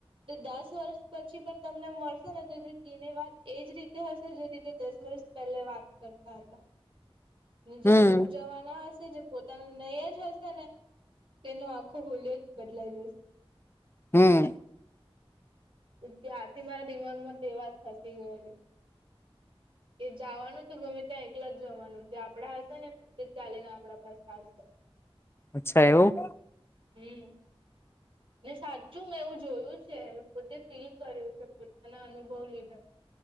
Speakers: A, on the right; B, on the left.
A: તો દસ વર્ષ પછી પણ તમને મળશે ને તો તેની વાત એજ રીતે હશે જે રીતે દસ વર્ષ પહેલે વાત કરતા હતા જે
B: હમ
A: દૂર જવાના હશે જે પોતાનું નહી જ હશે ને તેનો આખો હૂલ્યો જ બદલાઈ જશે
B: હમ્મ
A: ત્યાંથી મારા દિમાગમાં તે વાત ખસી ગયેલી એ જવાનું તો ગમે ત્યાં એકલા જ જવાનું જે આપડા હશે ને પોતે ચાલીને આપણા પાસે આવશે
B: અચ્છા એવું
A: હમ્મ ને સાચું મેં એવું જોયું છે મે પોતે ફીલ કર્યું છે પોતાના અનુભવ લીધા